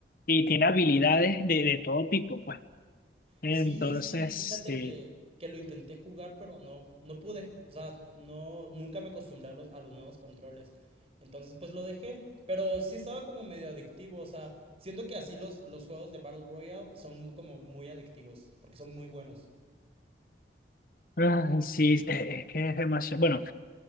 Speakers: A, on the left; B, on the right.
A: y tiene habilidades de, de todo tipo, pues. Entonces,
B: Sí, sí, fíjate
A: sí,
B: que, que lo intenté jugar, pero no, no pude. O sea, no, nunca me acostumbré a los, a los nuevos controles. Entonces, pues lo dejé. Pero sí estaba como medio adictivo. O sea, siento que así los, los juegos de Battle Royale son como muy adictivos, porque son muy buenos.
A: Ah, sí, es, es que es demasiado. Bueno,